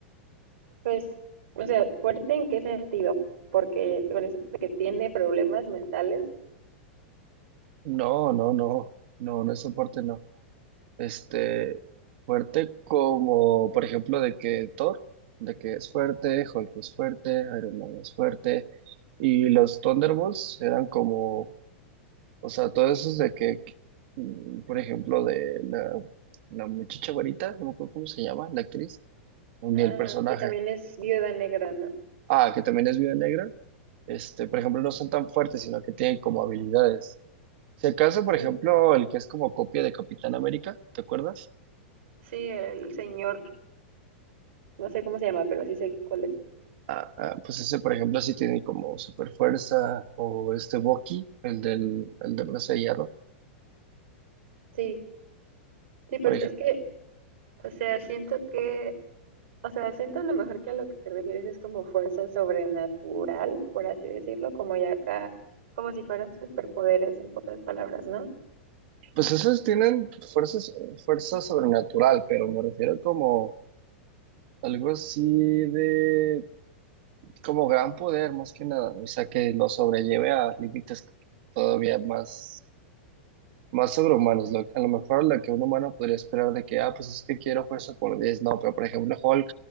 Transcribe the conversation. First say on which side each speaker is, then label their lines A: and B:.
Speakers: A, on the right (about 80°); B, on the right (about 60°).
A: Pues, o sea, fuerte en qué sentido, porque con eso de que tiene problemas mentales.
B: No, no, no, no, no es soporte, no. Este, fuerte como, por ejemplo, de que Thor, de que es fuerte, Hulk es fuerte, Iron Man es fuerte, y los Thunderbolts eran como, o sea, todos esos de que, mm, por ejemplo, de la, la muchacha varita, no me acuerdo cómo se llama, la actriz, ni
A: Ajá,
B: el personaje.
A: que también es viuda negra, ¿no?
B: Ah, que también es Viuda Negra, este, por ejemplo, no son tan fuertes, sino que tienen como habilidades. Si acaso,
A: Sí,
B: por ejemplo, el que es como copia de Capitán América, ¿te acuerdas?
A: sí, el señor, no sé cómo se llama, pero sí sé cuál es.
B: Ah, ah, pues ese, por ejemplo, sí tiene como super fuerza, o este Bucky, el del, el de brazo de hierro,
A: Sí, sí, pues
B: por ejemplo.
A: es que, o sea, siento que O sea, siento a lo mejor que a lo que te refieres es como fuerza sobrenatural, por así decirlo, como ya acá, como si fueran superpoderes en pocas palabras, ¿no?
B: Pues esos tienen fuerzas, fuerza sobrenatural, pero me refiero como algo así de, como gran poder, más que nada. O sea, que lo sobrelleve a límites todavía más, más sobrehumanos. Lo- a lo mejor lo que un humano podría esperar de que, ah, pues es que quiero fuerza por 10 no, pero por ejemplo, Hulk